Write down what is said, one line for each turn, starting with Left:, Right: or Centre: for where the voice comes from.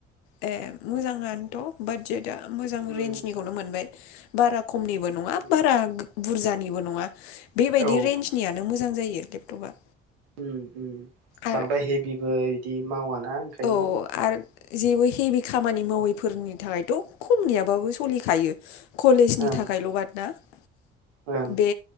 Left: ए मोजाङानोथ' बादजेटआ मोजां
Right: उम
Left: रेन्जनिखौनो मोनबाय बारा खमनिबो नङा
Right: उम
Left: बारा बुरजानिबो नङा बेबायदि
Right: औ
Left: रेन्जनियानो मोजां जायो लेपटपा
Right: ओम ओम
Left: आरो
Right: बांद्राय हेभिबो बिदि मावा ना ओंखायनो
Left: औ आरो जेबो हेभि खामानि मावैफोरनि थाखायथ' खमनियाबाबो सलिखायो कलेजनि
Right: ओं
Left: थाखायल' <unintelligible>
Right: ओं
Left: बे